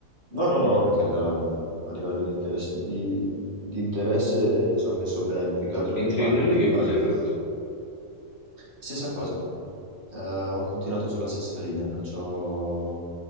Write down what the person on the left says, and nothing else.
E
in
triennale
che
cosa hai fatto?